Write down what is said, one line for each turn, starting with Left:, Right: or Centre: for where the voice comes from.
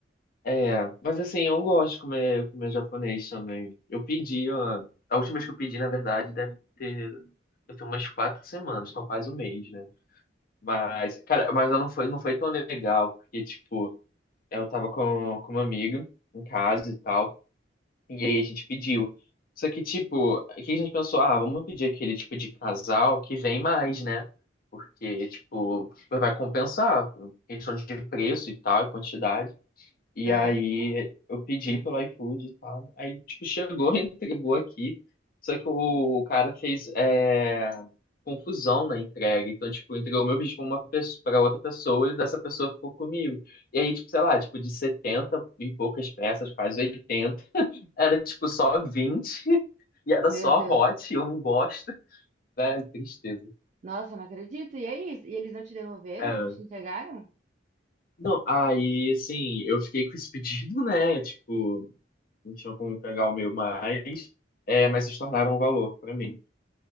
Left: É, mas assim, eu gosto de comer, comer japonês também. Eu pedi, ó, a última vez que eu pedi, na verdade, deve ter, deve ter umas quatro semanas, então quase um mês, né? Mas, cara, mas eu não foi, não foi tão legal, porque, tipo, eu tava com, com uma amiga em casa e tal, e aí a gente pediu. Só que, tipo, aqui a gente pensou, ah, vamos pedir aquele tipo de casal que vem mais, né? Porque, tipo, vai compensar, questão de preço e tal, e quantidade. E
Right: Aham.
Left: aí eu pedi pelo iFood e tal. Aí, tipo, chegou, <laughs> entregou aqui. Só que o, o cara fez é, confusão na entrega. Então, tipo, entregou o meu pedido pra uma pessoa, pra outra pessoa e dessa pessoa ficou comigo. E aí, tipo, sei lá, tipo, de 70 e poucas peças, quase 80, <laughs> era tipo só vinte E era
Right: Meu
Left: só
Right: Deus.
Left: hot, eu não gosto. Velho, tristeza.
Right: Nossa, não acredito. E aí? E eles não te devolveram?
Left: É.
Right: Não te entregaram?
Left: Não, aí, assim, eu fiquei com esse pedido, né? Tipo. não tinham como pegar o meu mais, é, mas se tornaram um valor pra mim.